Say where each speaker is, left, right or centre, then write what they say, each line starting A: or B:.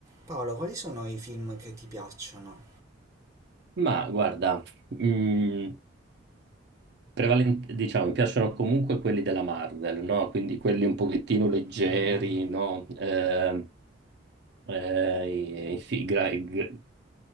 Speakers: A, on the right; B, on the right.
A: Paolo, quali sono i film che ti piacciono?
B: Ma guarda, mm, prevalen- diciamo, mi piacciono comunque quelli della Marvel, no? Quindi quelli un pochettino leggeri,
A: Mm-mm.
B: no? Eh, eh, i- i- gra- i- gra-